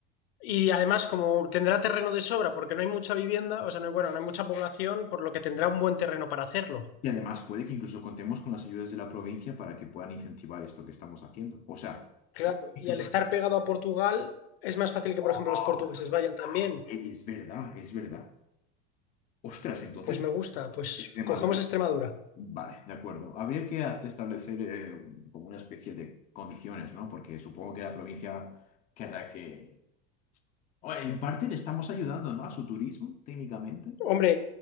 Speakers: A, on the left; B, on the left.
A: Y además, como tendrá terreno de sobra, porque no hay mucha vivienda, o sea, no hay, bueno, no hay mucha población, por lo que tendrá un buen terreno para hacerlo.
B: Y además puede que incluso contemos con las ayudas de la provincia para que puedan incentivar esto que estamos haciendo. O sea,
A: Claro,
B: incluso...
A: y al estar pegado a Portugal, es más fácil que,
B: ¡Oh!
A: por ejemplo, los portugueses vayan también.
B: Es verdad, es verdad. Ostras, entonces,
A: Pues me gusta, pues
B: Extremadura.
A: cogemos Extremadura.
B: Vale, de acuerdo. Habría que hace- establecer eh, como una especie de condiciones, ¿no? Porque supongo que la provincia querrá que... O en parte le estamos ayudando, ¿no? A su turismo, técnicamente.
A: Hombre,